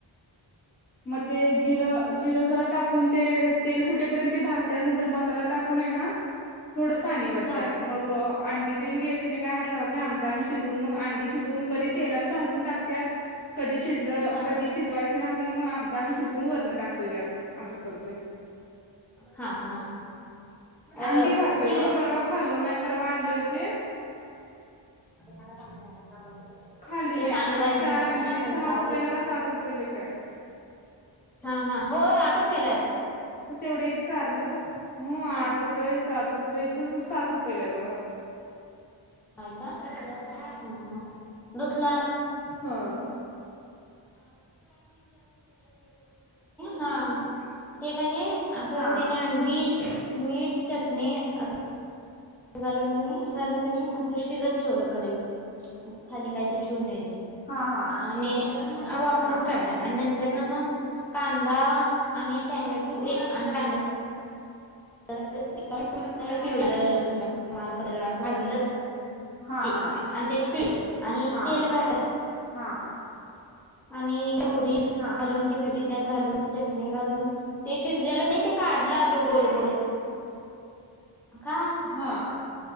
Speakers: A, on the left; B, in the centre.
A: मग ते जि जिर जरा टा कोण ते तेल सुटेपर्यंत ते भासत नंतर मसाला टाकून आहे ना थोडं पाणी व
B: हा
A: त्यात मग अंडी त घेत त्याने काय हात लागत नाही आमचा आम्ही शिजून मग अंडी शिजवून कधी तेलात भाजून टाकत कधी शिजलं
B: हा
A: कधी शिजवायच नसलं की मग आम आम् शिजवून वरणं टातो त असं करतोय
B: हा हा अ
A: अंडी खातोय
B: मी
A: परवा खाल्लो नाही परवा आणले होते
B: सुंदर आ
A: खाल्ली
B: ते
A: नाहीत
B: चांगलं
A: परवा
B: आहे
A: चार आणली
B: खायचा
A: होती सहा रुपयेला का सात रुपयेला काय
B: हा हा हो आठ रु फेला आहेत
A: वढ चारलं आठ
B: हा
A: रुपये सात रुपये इथ सात रुपयेला आहे बघा
B: य का ह हा द आ ह बत हो
A: हा.
B: हा ते असने
A: हा
B: अगदी मीठ चटणी अस घालून क घालून क अस शिजत ठेवलं कडई अस खाली काहीत ठेवून
A: हा हा
B: आणि वापरून
A: हा
B: काढला आणि तर ना मग कांदा आणि टॅमॅटो एक आणि कांदा मिक्र पिवलं लसू मालपत्र अस भाजलं
A: हा
B: आणि
A: हा
B: ते प आणि
A: हा
B: तेल घात
A: हा
B: आणि होरी घालून
A: हा
B: ती परी त्यात घालून चटणी घालून ते शिजलेलं ते काढलं अस गोल गोल काय
A: हा